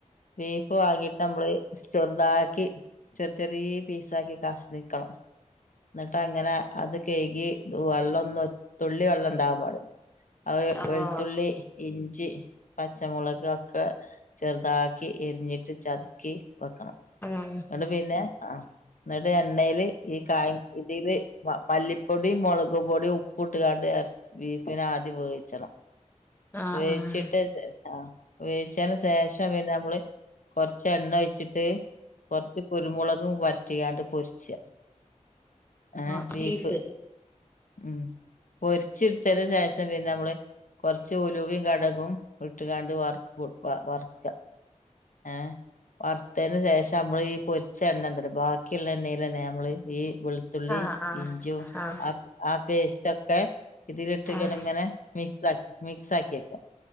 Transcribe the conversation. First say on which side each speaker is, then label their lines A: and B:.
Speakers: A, on the left (about 85°); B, on the left (about 15°).
A: ബീഫ് വാങ്ങിട്ട് നമ്മള് ചെറുതാക്കി ചെർ ചെറിയ പീസാക്കി കഷ്ണിക്കണം ഇന്നിട്ട് അങ്ങനെ അത് കെഴുകി വെള്ളൊന്നുറ്റ് തുള്ളി വെള്ളം ഇണ്ടാവാൻ പാടൂല്ലാ അത്
B: ആഹ്
A: വെളുത്തുള്ളി ഇഞ്ചി പച്ചമുളക് ഒക്കെ ചെറുതാക്കി എരിഞ്ഞിട്ട് ചതുക്കി വെക്കണം
B: ഉം
A: ഇന്നിട്ട് പിന്നെ ആഹ് ഇന്നിട്ട് എണ്ണയില് ഈ കായി ഇതില് മ മല്ലിപ്പൊടിയും മുളകും പൊടിയും ഉപ്പ് ഇട്ട് കാണ്ട് എറച്ച് ബീഫിനെ ആദ്യം വേവിച്ചണം
B: ആഹ്
A: വേവിച്ചിട്ട്
B: ആഹ്
A: <unintelligible> വേവിച്ചേന് ശേഷം പിന്നെ നമ്മള് കൊറച്ച് എണ്ണ ഒഴിച്ചിട്ട് കൊറച്ച് കുരുമുളകും വരട്ടിങ്ങാണ്ട് പൊരിച്ചാ ഏഹ്
B: ആഹ്
A: വീഫ്
B: ബീഫ്
A: ഉം പൊരിച്ചിടുത്തന് ശേഷം പിന്നെ നമ്മള് കുറച്ച് ഉലുവും കടകും ഇട്ടുകാണ്ട് വക്ക് വറക്കുക ഏഹ് വർത്തന് ശേഷം നമ്മള് ഈ പൊരിച്ച എണ്ണ ഉണ്ടല്ലോ ബാക്കിയുള്ള എണ്ണയിൽ തന്നെ നമ്മള് ഈ തുള്ളിയിം
B: ആഹ് ആഹ്
A: ഇൻജ്യും
B: ആഹ്
A: അഹ് ആ പേസ്റ്റ ഒക്കെ ഇതിലിട്ട
B: ഉം
A: ഇങ്ങനെ മിക്സ് മിക്സ് ആക്കി വക്കാം